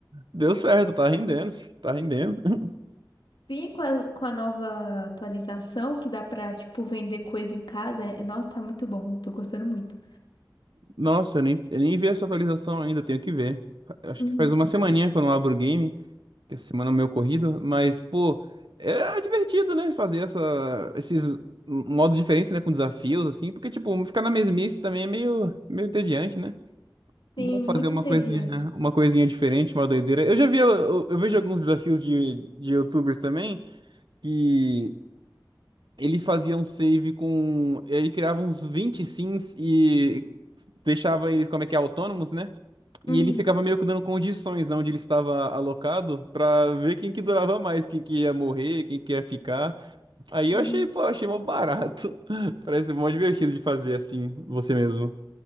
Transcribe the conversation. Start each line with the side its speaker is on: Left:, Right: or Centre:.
Right: Deu certo, tá rendendo, fi, tá rendendo. <laughs>
Left: Sim, com a, com a nova atualização, que dá pra, tipo, vender coisa em casa. É, nossa, tá muito bom. Eu tô gostando muito.
Right: Nossa, eu nem, eu nem vi essa atualização ainda, tenho que ver. Acho
Left: Uhum.
Right: que faz uma semaninha que eu não abro o game, que essa semana é meio corrido, mas, pô, é divertido, né? Fazer essa, esses modos diferentes, né? Com desafios, assim, porque, tipo, ficar na mesmice também é meio, meio entediante, né? Bom
Left: Sim,
Right: fazer
Left: muito
Right: uma
Left: entediante.
Right: coisinha, uma coisinha diferente, uma doideira. Eu já vi, eu, eu vejo alguns desafios de, de YouTubers também, que ele fazia um save com. e aí criava uns 20 sims e deixava eles, como é que é, autônomos, né? E
Left: Uhum.
Right: ele ficava meio que dando condições né, onde ele estava alocado pra ver quem que durava mais, quem que ia morrer, quem que ia ficar. Aí
Left: Uhum.
Right: eu achei, pô, achei mó barato. <laughs> Parece mó divertido de fazer assim, você mesmo.